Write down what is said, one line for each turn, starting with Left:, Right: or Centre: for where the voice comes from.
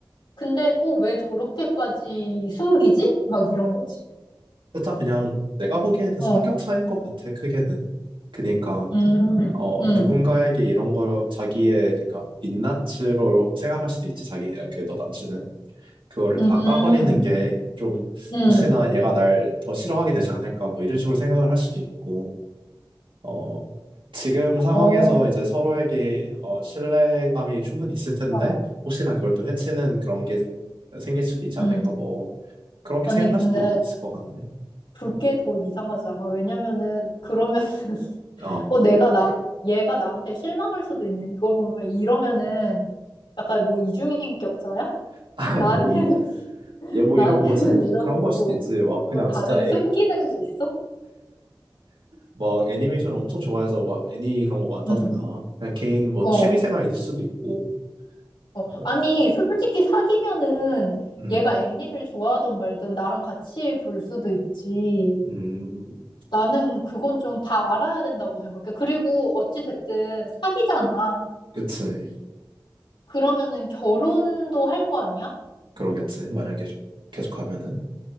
Left: 근데 어 왜 저렇게까지 숨기지 막 이런 거지
Right: 살짝 그냥 내가 보기에는
Left: 어
Right: 성격 차이인 것 같아, 크게는. 그니까,
Left: 음
Right: 어,
Left: 음
Right: 누군가에게 이런 걸 자기의, 그니까, 민낯으로 생각할 수도 있지, 자기, 그, 너 남친은. 그거를
Left: 음
Right: 다 까버리는 게 좀,
Left: 음
Right: 혹시나 얘가 날 더 싫어하게 되지 않을까, 뭐, 이런 식으로 생각을 할 수도 있고, 어, 지금
Left: 어 어,
Right: 상황에서 이제 서로에게, 어, 신뢰감이 충분히 있을 텐데,
Left: 어.
Right: 혹시나 그걸 또 해치는 그런 게 생길 수도 있지
Left: 음.
Right: 않을까, 뭐, 그렇게
Left: 아니
Right: 생각할
Left: 근데
Right: 수도 있을 것 같네.
Left: 그게 더 이상하지 않아? 왜냐면은 그러면
Right: 어.
Left: 어, 내가 나, 얘가 나한테 실망할 수도 있네. 이걸 보면 이러면은 약간 뭐 이중인격자야?
Right: <laughs> 아니,
Left: 나한테는,
Right: 뭐, 이,
Left: <laughs>
Right: 얘 뭐
Left: 나한테는
Right: 이런 뭐지?
Left: 이러고
Right: 그런 걸 수도 있지. 막 그냥
Left: 뭐 다른
Right: 진짜 애,
Left: 숨기는 게 있어?
Right: 막 애니메이션 엄청 좋아해서 막 애니 그런 거 많다든가.
Left: 응,
Right: 그냥 개인 뭐
Left: 어,
Right: 취미 생활일 수도 있고.
Left: 어.
Right: 어,
Left: 아니, 솔직히 사귀면은
Right: 음,
Left: 얘가 애니를 좋아하든 말든 나랑 같이 볼 수도 있지.
Right: 음,
Left: 나는 그건 좀 다 알아야 된다고 생각해. 그리고 어찌 됐든 사귀잖아.
Right: 그치.
Left: 그러면은 결혼도 할 거 아니야?
Right: 그러겠지. 만약에 계속 하면은.